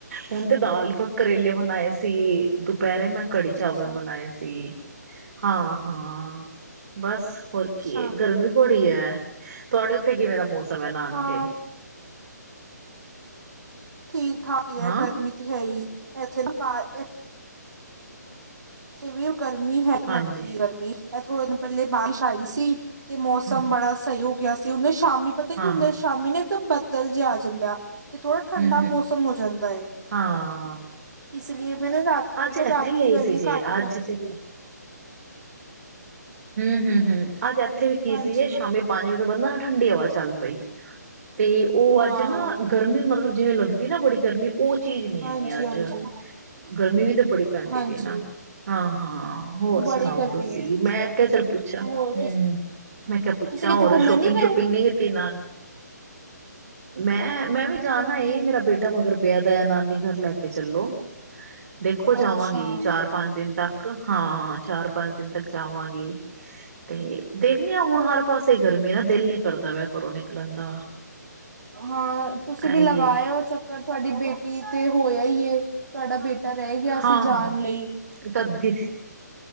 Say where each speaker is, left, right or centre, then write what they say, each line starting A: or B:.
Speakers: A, on the right; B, on the right.
A: ਹੁਣ ਤੇ ਦਾਲ ਕਰੇਲੇ ਬਣਾਏ ਸੀ ਦੁਪਹਿਰੇ ਮੈਂ ਕੜੀ
B: ਅੱਛਾ,
A: ਚਾਵਲ ਬਣਾਏ ਸੀ। ਹਾਂ ਹਾਂ ਬਸ ਹੋਰ
B: ਅੱਛਾ
A: ਕੀ ਹੈ ਗਰਮੀ ਥੋੜੀ ਹੈ ਤੁਹਾਡੇ ਉੱਥੇ ਕਿਵੇਂ ਦਾ ਮੌਸਮ ਹੈ ਨਾਨਕੇ।
B: ਹਾਂ ਠੀਕ ਠਾਕ ਹੀ ਹੈ
A: ਹਾਂ
B: ਗਰਮੀ ਤੇ ਹੈ ਹੀ ਇੱਥੇ ਬਾਹਰ ਨਾ। ਇੱਥੇ ਵੀ ਗਰਮੀ ਹੈ
A: ਹਾਂਜੀ
B: ਲੱਗਦੀ ਹੈ ਗਰਮੀ ਇਹ ਥੋੜੇ ਦਿਨ ਪਹਿਲੇ ਬਾਰਿਸ਼ ਆਈ ਸੀ। ਕਿ ਮੌਸਮ
A: ਹ
B: ਬੜਾ ਸਹੀ ਹੋ ਗਿਆ ਸੀ ਉਹਨੇ ਸ਼ਾਮੀ ਪਤਾ
A: ਹਾਂ-ਹਾਂ
B: ਕਿ ਸ਼ਾਮੀ ਨੇ ਇੱਕ ਦਮ ਬਦਲ ਜਿਹਾ ਆ ਜਾਂਦਾ ਤੇ ਥੋੜਾ ਠੰਡਾ
A: ਹੂੰ-ਹੂੰ
B: ਮੌਸਮ ਹੋ ਜਾਂਦਾ ਹੈ।
A: ਹਾਂ
B: ਇਸ ਲਈਏ ਫਿਰ ਨਾ ਰਾਤ
A: ਅੱਜ
B: ਫਿਰ
A: ਇੱਥੇ
B: ਰਾਤ
A: ਵੀ
B: ਕੀ
A: ਆਈ
B: ਗਰਮੀ
A: ਸੀ ਜੇ
B: ਘੱਟ। ਹੀ ਲੱਗਦੀ
A: ਅੱਜ ਤੇ
B: ਹੈ।
A: ਹੂ ਹੂ ਹੂ ਅੱਜ ਇੱਥੇ ਵੀ ਕੀ
B: ਹਾਂਜੀ
A: ਸੀ ਜੇ ਸ਼ਾਮੀ। ਪੰਜ ਵਜੇ ਤੋਂ ਬਾਅਦ ਨਾ ਠੰਡੀ ਹਵਾ ਚੱਲ ਪਈ ਤੇ ਉਹ
B: ਹਾਂ
A: ਅੱਜ ਨਾ ਗਰਮੀ ਮਤਲਬ ਜਿਵੇਂ ਲੱਗਦੀ। ਤੇ ਬੜੀ ਗਰਮੀ ਉਹ ਚੀਜ਼ ਨੀ
B: ਹਾਂਜੀ
A: ਹੈਗੀ ਅੱਜ
B: ਹਾਂਜੀ
A: ਗਰਮੀ ਵੀ ਤਾਂ ਬੜੀ ਪੈਂਦੀ
B: ਹਾਂਜੀ
A: ਪਈ ਨਾ ਹਾਂ ਹਾਂ ਹੋਰ ਸੁਣਾਓ
B: ਬੜੀ ਗਰਮੀ
A: ਤੁਸੀਂ
B: ਹੈ।
A: ਮੈਂ ਮੈਂ ਕਿਹਾ ਚੱਲ ਪੁੱਛਾ ਹੂ
B: ਹੋਰ
A: ਮੈਂ ਕਿਹਾ ਪੁੱਛਿਆ
B: ਤੁਸੀਂ ਕਿੱਥੇ
A: ਹੋਰ
B: ਘੁੰਮਣ
A: ਸ਼ੋਪਿੰਗ
B: ਨੀ
A: ਸ਼ੂਪਿੰਗ
B: ਗਏ?
A: ਨੀਤੀ ਨਾਲ ਮੈਂ ਮੈਂ ਵੀ ਜਾਣਨਾ ਮੇਰਾ ਬੇਟਾ, ਬੇਟਾ ਮਗਰ ਪਿਆ ਦਾ ਨਾਨੀ ਘਰ ਲੈ ਕੇ ਚੱਲੋ ਦੇਖੋ ਜਾਵਾਂਗੀ
B: ਅੱਛਾ
A: ਚਾਰ। ਪੰਜ ਦਿਨ ਤੱਕ ਹਾਂ ਚਾਰ ਪੰਜ ਦਿਨ ਤੱਕ ਜਾਵਾਂਗੀ ਤੇ ਦੇਖਦੇ ਹਾਂ ਹੁਣ ਹਰ ਪਾਸੇ ਗਰਮੀ ਨਾ ਦਿਲ ਨੀ ਕਰਦਾ ਪਿਆ ਘਰੋਂ ਨਿਕਲਣ ਦਾ
B: ਹਾਂ ਤੁਸੀਂ ਵੀ
A: ਇਹੀ
B: ਲਗਾਇਓ
A: ਏ
B: ਚ, ਅਗਰ ਤੁਹਾਡੀ ਬੇਟੀ ਤੇ ਹੋਇਆ ਹੀ ਹੈ ਤੁਹਾਡਾ ਬੇਟਾ ਤਾਂ ਰਹਿ ਗਿਆ
A: ਹਾਂ
B: ਸੀ ਜਾਣ ਲਈ।
A: ਤਾਂ ਦਿ